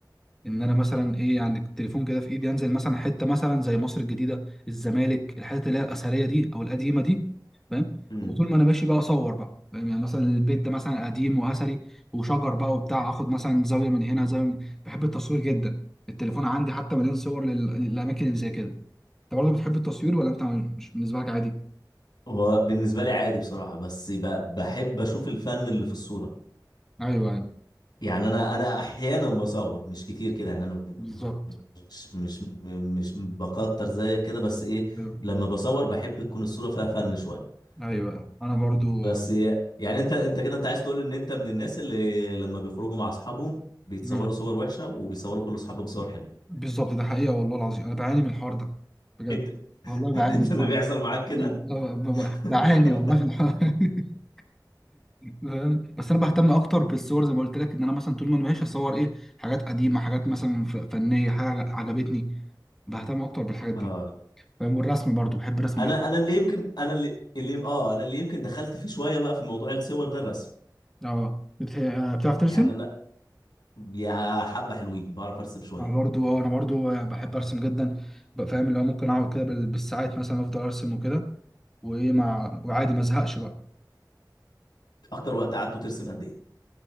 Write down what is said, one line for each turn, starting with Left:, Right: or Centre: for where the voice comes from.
Centre: ان انا مثلا ايه يعني التليفون كده في ايدي انزل مثلا حته مثلا زي مصر الجديده الزمالك الحتت اللي هي الاثريه دي او القديمه دي فاهم
Left: امم
Centre: وطول ما انا ماشي بقى اصور بقى فاهم يعني مثلا البيت ده مثلا قديم واثري وشجر بقى وبتاع اخد مثلا زاويه من هنا زاويه من... بحب التصوير جدا التليفون عندي حتى مليان صور لل... للاماكن اللي زي كده انت برضه بتحب التصوير ولا انت مش بالنسبه لك عادي
Left: هو بالنسبة لي عادي بصراحة بس ب- بحب أشوف الفن اللي في الصورة
Centre: ايوه ايوه
Left: يعني أنا أنا أحيانا بصور مش كتير كده يعني أنا
Centre: بالظبط
Left: مش مش مش بكتر زيك كده بس إيه
Centre: ايوه
Left: لما بصور بحب تكون الصورة فيها فن شوية
Centre: ايوه انا برضو
Left: بس يعني انت انت كده انت عايز تقول ان انت من الناس اللي لما بيخرجوا مع اصحابهم بيتصوروا
Centre: مم.
Left: صور وحشه وبيصوروا كل اصحابهم صور حلوه
Centre: بالظبط ده حقيقه والله العظيم انا بعاني من الحوار ده بجد
Left: انت <laughs>
Centre: والله بعاني
Left: انت اللي
Centre: فعلا
Left: بيحصل معاك كده
Centre: لا، ب- ب-
Left: <laughs>
Centre: بعاني والله في الحوار. <laughs> فاهم بس انا بهتم اكتر بالصور زي ما قلت لك ان انا مثلا طول ما انا ماشي اصور ايه حاجات قديمه حاجات مثلا ف- فنيه حاجه عجبتني بهتم اكتر بالحاجات
Left: اه
Centre: دي فاهم والرسم برضو بحب الرسم
Left: انا
Centre: جدا
Left: انا اللي يمكن انا اللي اللي اه انا اللي يمكن دخلت فيه شويه بقى في موضوع الصور ده الرسم
Centre: اه بت- آه، بتعرف ترسم
Left: يعني انا يا حبه حلوين بعرف ارسم شويه
Centre: انا برضو اه انا برضو آه، بحب ارسم جدا بقى فاهم اللي هو ممكن اقعد كده بال- بالساعات مثلا افضل ارسم وكده وايه مع وعادي ما ازهقش بقى
Left: اكتر وقت قعدته ترسم قد ايه